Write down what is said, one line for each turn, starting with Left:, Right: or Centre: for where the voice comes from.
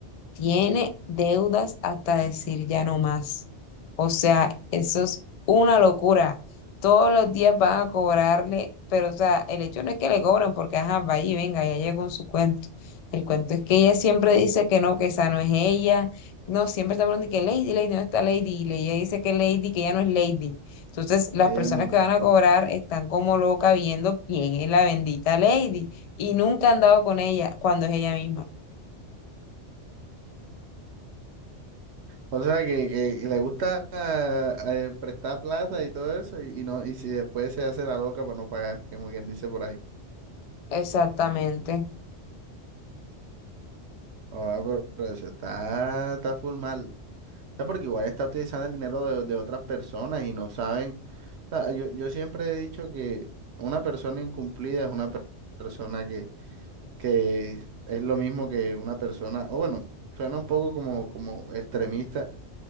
Left: tiene deudas hasta decir ya no más. O sea, eso es una locura. Todos los días van a cobrarle, pero o sea, el hecho no es que le cobran porque, ajá, vaya y venga, ya llegó con su cuento. El cuento es que ella siempre dice que no, que esa no es ella. No, siempre está hablando de que Lady, Lady no está Lady. Y ella dice que Lady, que ella no es Lady. Entonces, las
Right: Que
Left: personas
Right: ella no
Left: que
Right: le...
Left: van a cobrar están como locas viendo quién es la bendita Lady. Y nunca han dado con ella cuando es ella misma.
Right: O sea, que, que- que le gusta ah, eh, prestar plata y todo eso y, y no y si después se hace la loca para no pagar, como quien dice por ahí.
Left: Exactamente.
Right: Ah, pero, pero eso está, está full mal. O sea, porque igual está utilizando el dinero de, de otras personas y no saben. O sea, yo, yo siempre he dicho que una persona incumplida es una per- persona que que es lo mismo que una persona, o bueno, suena un poco como, como extremista,